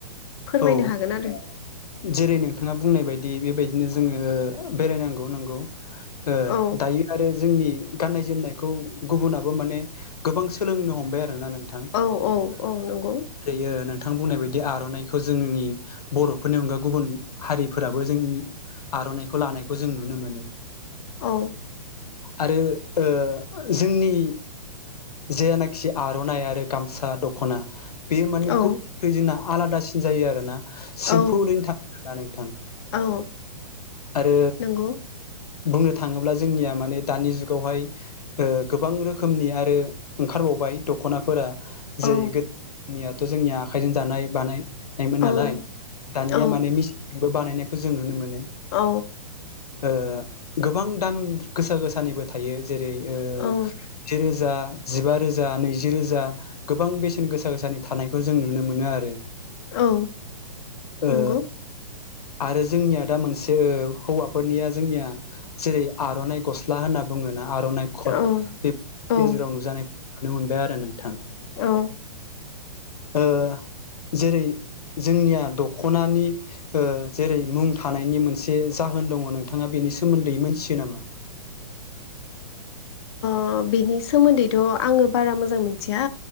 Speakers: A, on the left; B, on the left.
A: फोरमायनो
B: औ
A: हागोन आरो
B: जेरै नोंथाङा बुंनाय बायदि बेबायदि बिदिनो जोङो बेरायनांगौ नांगौ ओ
A: औ
B: दायो आरो जोंनि गाननाय जोमनायखौ गुबुनाबो माने गोबां सोलोंनो हमबाय आरो ना नोंथां
A: औ औ औ नंगौ
B: जायो नों थां बुंनाय बायदि आर'नाइखौ जोंनि बर'फोरनि अनगा गुबुन हारिफोराबो जोंनि आर'नाइखौ लानायखौ जों नुनो मोनो
A: औ
B: आरो ओ जोंनि जेनाखि आर'नाइ आरो गामसा दख'ना बेयो माने
A: औ
B: गुबै जोंना आलादासिन जायो आरोना
A: औ
B: सिम्पोलैनो थाङो आरोना नोंथां
A: औ
B: आरो
A: नंगौ
B: बुंनो थाङोब्ला जोंनिया माने दानि जुगावहाय ओ गोबां रोखोमनि आरो ओंखारबावबाय बाय दख'नाफोरा
A: औ
B: जेरै गोदोनियाथ' जोंनिया आखाइजों दानाय बानाय नायमोन
A: औ
B: नालाय दानिया
A: औ
B: माने मिेसिनबो बानायनायखौ जों नुनो मोनो
A: औ
B: ओ गोबां दाम गोसा गोसानिबो थायो जेरै ओ
A: औ
B: जेरै जा जिबा रोजा नैजि रोजा गोबां बेसेन गोसा गोसानि थानायखौ जों नुनो मोनो आरो
A: औ
B: ओ
A: नंगौ
B: आरो जोंनिया दा मोनसे हौवाफोरनिया जोंनिया जेरै आर'नाइ गस्ला होनना बुङोना आर'नाइ कट
A: औ
B: बेफोरनि
A: औ
B: गेजेराव नुजानाय नुनो मोनबाय आरो नोंथां।
A: औ।
B: ओ जेरै जोंनिया दख'नानि ओ जेरै मुं थानायनि मोनसे जाहोन दङ नोंथाङा बे नि सोमोन्दै मोनथियो नामा? <inaudible>
A: अ बिनि सोमोन्दैथ' आङो बारा मोजां मोनथिया